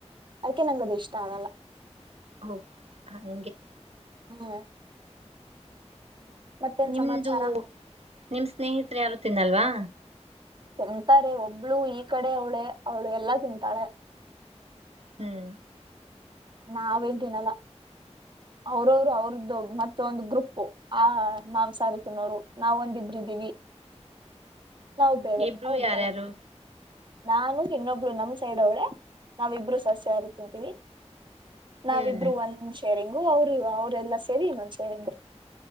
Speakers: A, on the right; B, on the right.
A: ಅದಕ ನಂಗದು ಇಷ್ಟ ಆಗಲ್ಲ
B: ಹಓ ಹಗೆ
A: ಹ್ಮ್ ಮತ್ತೇನ್
B: ನಿಮ್ದು
A: ಸಮಾಚಾರ
B: ನಿಮ್ ಸ್ನೇಹಿತರು ಯಾರು ತಿಿಂದಲ್ವಾ
A: ತಿಂತಾರೆ ಒಬ್ಳು ಈ ಕಡೆ ಅವಳೆ ಅವಳು ಎಲ್ಲಾ ತಿಂತಾಳೆ
B: ಹ್ಮ್
A: ನಾವೇನ್ ತಿನಲ್ಲ ಅವ್ರವರು ಅವ್ರದ್ದು ಮತ್ತ ಒಂದು ಗ್ರೂಪ್ು ಆ ಮಾಂಸಾರ ತಿನೋರು ನಾವ್ ಒಂದಿಬ್ರಿದ್ದೀವಿ ನಾವು ಬೇರೆ
B: ಇಬ್ರು
A: ಅವಂತಾರೆ
B: ಯಾರ್ಯಾರು
A: ನಾನು ಇನ್ನೊಬ್ಳ ನಮ್ ಸೈಡ್ ಅವಳೆ ನಾವಿಬ್ರು ಸಸ್ಯವ ತಿಂತೀವಿ ನಾವ
B: ಹ್ಮ್
A: ಇಬರು ಒನ್ ಸರಿಂಗು ಅವ್ರು ಅವ್ರಲ್ಲಾ ಸೇರಿ ಇನ್ನೊಂದ ಸರಿಂಗ